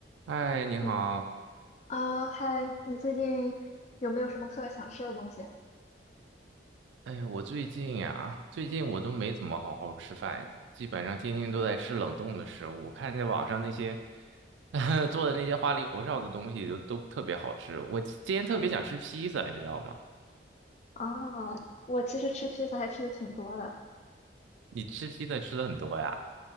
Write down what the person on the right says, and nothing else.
嗨，你好。
哎呀，我最近呀，最近我都没怎么好好吃饭，基本上天天都在吃冷冻的食物。我看见网上那些 <laughs> 做的那些花里胡哨的东西都都特别好吃。我今天特别想吃披萨，你知道吗？
你吃披萨吃的很多呀？